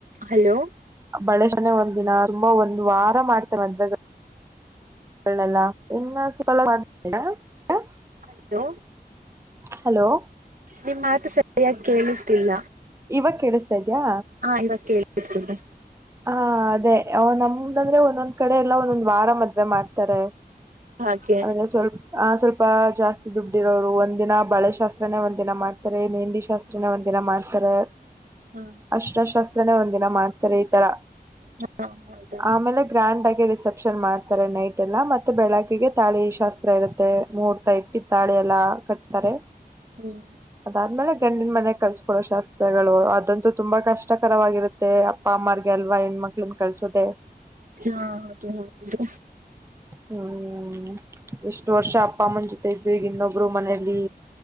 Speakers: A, on the right; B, on the right.
A: ಹಲೋ
B: ಬಳೇಶಾನೆ ಒಂದ್ ದಿನ ತುಂಬಾ ಒಂದ್ ವಾರ ಮಾಡ್ತೇವೆ ಮಂದ್ವೆ ಇ
A: ಹಲೋ
B: ಹಲೋ
A: ನಿಮ್ ಮಾತು ಸರಿಯಾಗಿ ಕೇಳಿಸ್ತಿಲ್ಲ
B: ಇವಾಗ ಕೇಳಿಸ್ತಾ ಇದ್ಯಾ
A: ಹಾ ಇವಾಗ ಕೇಳರ್ತೆ
B: ಹ ಅದೇ ನಮ್ದಂದ್ರೆ ಒಂದೊಂದ್ ಕಡೆ ಎಲ್ಲ ಒಂದೊಂದ್ ವಾರ ಮದೆ ಮಾಡ್ತಾರೆ
A: ಹಾಗೆ
B: ಅದನ್ನ ಸ್ವಲ್ಪ ಆ ಸ್ವಲ್ಪ ಜಾಸ್ತಿ ದುಡ್ಡಿರೋರು ಒಂದ ದಿನ ಬಳೆ ಶಾಸ್ತ್ರನೇ ಒಂದ ದಿನ ಮಾಡ್ತಾರೆ ಮೆಹಂದಿ ಶಾಸ್ತ್ರ ಒಂದಿನ ಮಾಡ್ತಾರೆ
A: ಹ್ಮ
B: ಅಷ್ಟಶಾಸ್ತ್ರನೇ ಒಂದಿನ ಮಾಡ್ತಾರೆ ಈ ತರ
A: ಹಾ ಹೌದ
B: ಆಮೇಲೆ ಗ್ರ್ಯಾಂಡ್ ಆಗಿ ರಿಸೆಪ್ಷನ್ ಮಾಡ್ತಾರೆ ನೈಟ್ ಎಲ್ಲ ಮತ್ತೆ ಬೆಳಗ್ ಗೆ ತಾಳಿ ಶಾಸ್ತ್ರ ಇರುತ್ತೆ ಮೂಹೂರ್ತ ಇಟ್ಟ ತಾಳೆ ಎಲ್ಲಾ ಕಟ್ತಾರೆ
A: ಹ್ಮ್
B: ಅದಾದ್ಮೇಲೆ ಗಂಡಿನ ಮನೆ ಕಳ್ಸ್ಕೊಡೋ ಶಾಸ್ತ್ರಗಳು ಅದಂತೂ ತುಂಬಾ ಕಷ್ಟಕರವಾಗಿರುತ್ತೆ ಅಪ್ಪಮ್ಮಾರ್ ಅಲ್ವ ಹೆಣ್ಮಕ್ಳನ್ ಕಳ್ಸದೆ
A: ಹಾದು ಹೌದು
B: ಹ್ಮ <unintelligible> ಎಷ್ಟು ವರ್ಷ ಅಪ್ಪ ಅಮ್ಮನ ಜೊತೆ ಇದ್ವಿ ಈಗ ಇನ್ನೊಬ್ರು ಮನಲಿ